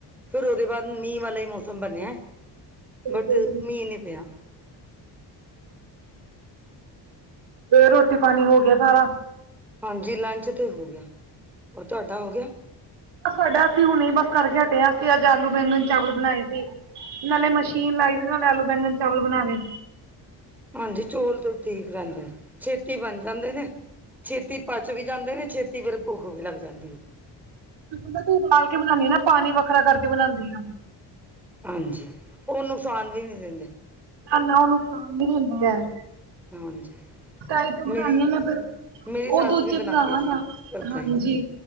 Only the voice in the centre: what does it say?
ਫੇਰ ਉਹਦੇ ਬਾਅਦ ਮੀਂਹ ਵਾਲਾ ਹੀ ਮੌਸਮ ਬਣਿਆ
ਬਟ
ਮੀਂਹ ਨਹੀਂ ਪਿਆ
ਹਾਂਜੀ ਲੰਚ ਤੇ ਹੋ ਗਿਆ ਔਰ ਤੁਹਾਡਾ ਹੋ ਗਿਆ।
ਹਾਂਜੀ ਚੌਲ ਤੇ ਠੀਕ ਰਹਿੰਦਾ ਛੇਤੀ ਬਣ ਜਾਂਦੇ ਨੇ ਛੇਤੀ ਪਚ ਵੀ ਜਾਂਦੇ ਨੇ ਛੇਤੀ ਫੇਰ ਭੁੱਖ ਵੀ ਲੱਗ ਜਾਂਦੀ ਹੈ
ਹਾਂਜੀ ਉਹ ਨੁਕਸਾਨ ਵੀ ਨਹੀ ਦਿੰਦੇ।
ਹਾਂਜੀ।
ਮੇਰੀ
ਮੇਰੀ
ਸੱਸ
ਵੀ ਬਣਾਉਂਦੀ
ਸੀ
ਓਦਾਂ
ਹੀ